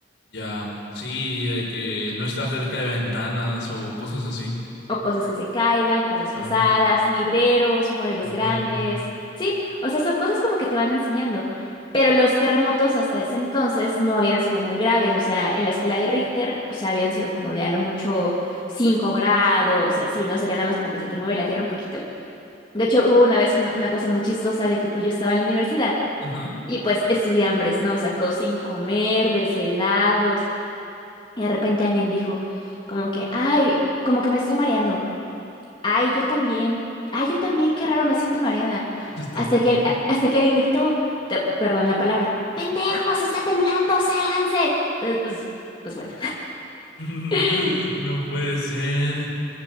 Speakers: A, on the left; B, on the left.
A: ya, sí, de que no estar cerca de ventanas o cosas así.
B: O cosas que se caigan, cosas
A: Ándale,
B: pesadas, libreros, muebles
A: ándale.
B: grandes. Sí, o sea, son cosas como que te van enseñando. Pero los terremotos hasta ese entonces no habían sido muy graves. O sea, en la escala de Richter, o sea, habían sido como de a lo mucho 5 grados, y así, ¿no? O sea, que nada más como que se te mueve la tierra un poquito. De hecho, hubo una vez una, una cosa muy chistosa de que pues yo estaba en la universidad
A: Ajá.
B: y pues estudié hambres, ¿no? O sea, todos sin comer, desvelados. Y de repente alguien dijo como que, ay, como que me estoy mareando. Ay, yo también. Ay, yo también, qué raro, me siento mareada.
A: Está
B: Hasta
A: temblando.
B: que, el- hasta que alguien gritó, te- perdón la palabra, ¡Pendejos, está temblando, sálganse! Entonces, pues, pues bueno.
A: <laughs>
B: <laughs>
A: No puede ser.